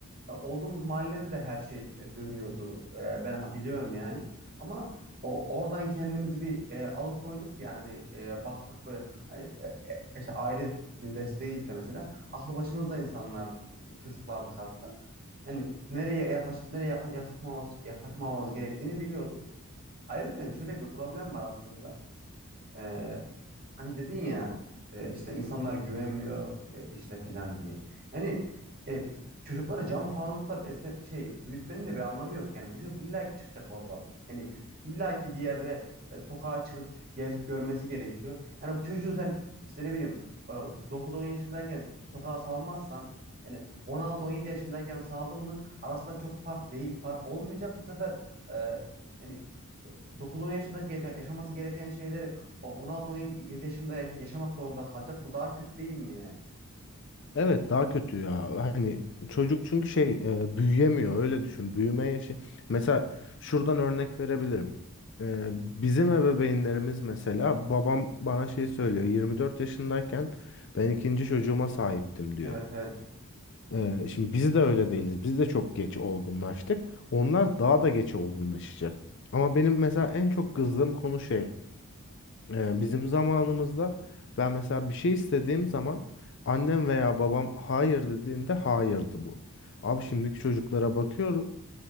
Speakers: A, on the right; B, on the left.
A: e, olduğumuz mahallede de her şey e, dönüyordu. E, ben ha- biliyorum yani. Ama o oradan kendimizi bir e, alıkoyduk yani hani e, baktık böyle hani, e, e, işte aile de- desteğiyle de mesela aklı başımızda insanlardık. E, Çocuklardık hatta. Yani nereye yaklaşıp nereye yakla- yaklaşmamamız, yaklaşmamamız gerektiğini biliyorduk. Ayrıca hani şöyle bir problem var aslında. Ee, hani dedin ya e, işte insanlar güvenmiyor e, işte falan diye. Yani e, çocukları cam fanusta besle şey büyütmenin de bir anlamı yok. Yani bu çocuk illaki çıkacak oradan. Yani illaki bir yerde e, sokağa çıkıp gezip görmesi gerekiyor. Yani bu çocuğu sen işte ne bileyim e, 9-10 yaşındayken sokağa salmazsan yani on altı on yedi yaşındayken saldın mı arasında çok fark değil, fark olmayacak. Bu sefer e, yani e, 9-10 yaşındaki yaşa- yaşaması gereken şeyleri o 16-17 yaşında ya- yaşamak zorunda kalacak. Bu daha kötü değil mi yani?
B: Evet daha kötü ya. Hani çocuk çünkü şey e, büyüyemiyor öyle düşün. Büyüme yaşı. Mesela şuradan örnek verebilirim. E, bizim ebeveynlerimiz mesela babam bana şey söylüyor. 24 yaşındayken ben ikinci çocuğuma sahiptim diyor.
A: Evet evet.
B: E, şimdi biz de öyle değiliz. Biz de çok geç olgunlaştık. Onlar daha da geç olgunlaşacak. Ama benim mesela en çok kızdığım konu şey. Ee, Bizim zamanımızda ben mesela bir şey istediğim zaman annem veya babam hayır dediğinde hayırdı bu. Abi şimdiki çocuklara bakıyorum